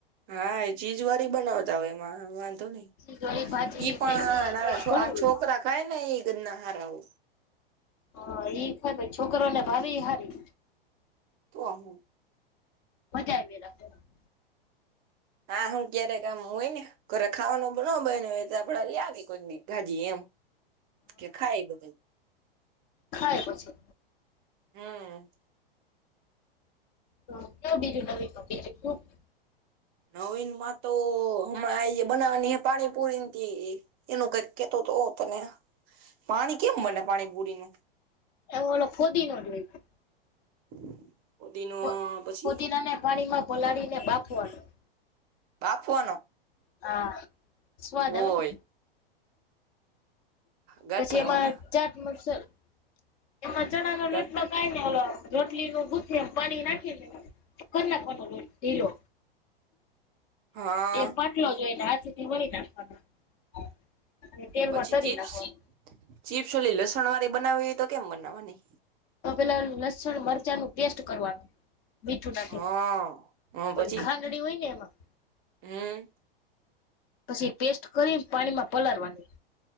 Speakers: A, on the right; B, on the left.
A: હા એ ચીજ વાળી બનાવતા હોય એમાં વાંધો નહી.
B: સીધવાળી ભાજી
A: ઈ પણ
B: મેગી ને
A: આ
B: એવું
A: નાના
B: ઘણું હોય.
A: છોકરા ખાય ને એ ગના હારાઓ
B: હા એ ખાય ભાઈ છોકરોને ભાવેય હારી
A: તો હું
B: મજા આવી જાય <unintelligible>
A: હા હું ક્યારે કામ હોય ને ઘરે ખાવાનો ન બયનું એ તો આપડે લીયાવે કોઈક દી ભાજી એમ કે ખાઈ લો ભાઇ
B: ખાઈ પછી
A: હમ્મ
B: તો કયો બીજું નવી <unintelligible> બીજું <unintelligible>
A: નવીન માં તો હમણાં બનાવાની હે ને પાણીપુરી તી એનું કંઈક કેતો તો તને પાણી કેમ બને પાણી પૂરીનું
B: એ ઓલો ફુદીનો જોઈશે.
A: <inaudible>
B: ફુદ
A: પછી
B: ફુદીના ને પાણી માં પલાળી ને બાફવાનું
A: બાફવાનો
B: હા સ્વાદ
A: હોય
B: આવે ને
A: ગટ
B: પછી
A: બનાવાના
B: એમાં ચાટ મસાલો એમાં ચણા નો
A: ગટ
B: લોટ <unintelligible> રોટલી નું ગુથીએ એમ પાણી નાખીને કર નાખવાનો ઢીલો
A: હા.
B: એ પાટલો જોઈને હાથેથી વણી નાખવાનો અને તેલમાં
A: પછી
B: તરી
A: ચીપ્સ
B: નાખવાનો
A: ચીપ્સ ઓલી લસણ વાળી બનાવવી હોય તો કેમ બનાવવાની
B: તો પેલા લસણ મરચાં નું પેસ્ટ કરવાનું મીઠું નાાખી
A: હા. હા પછી
B: ઓલી ખાંડણી હોય ને એમાં
A: હમ
B: પછી પેસ્ટ કરીને પાણીમાં પલાળવા ની